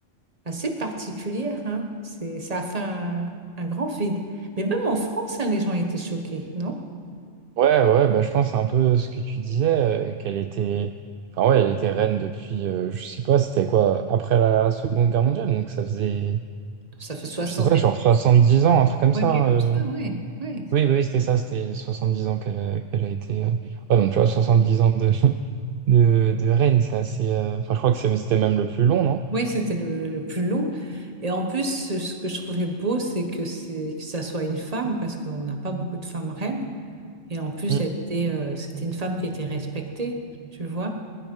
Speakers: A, on the right; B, on the right.
A: assez particulière, hein. C'est, ça a fait un, un grand vide. Mais même en France, hein, les gens étaient choqués, non?
B: Ouais, ouais, bah, je pense c'est un peu ce que tu disais, euh, qu'elle était, enfin, ouais, elle était reine depuis, euh, je sais pas, c'était quoi, après la Seconde Guerre mondiale, donc ça faisait,
A: Ça fait soixante
B: je sais pas, genre 70 ans, un truc comme
A: mois
B: ça.
A: quelque
B: hein,
A: chose comme
B: euh.
A: ça, ouais, ouais.
B: Oui, oui, oui, c'était ça, c'était 70 ans qu'elle a, qu'elle a été. euh. Ouais, donc tu vois, 70 ans de, <laughs> de, de reine, c'est assez. euh, Enfin, je crois que c'est- c'était même le plus long, non?
A: Oui, c'était le, le plus long. Et en plus, ce ce que je trouvais beau, c'est que c'est que ça soit une femme, parce qu'on n'a pas beaucoup de femmes reines. Et en plus,
B: Mm.
A: elle était, euh, c'était une femme qui était respectée, tu vois.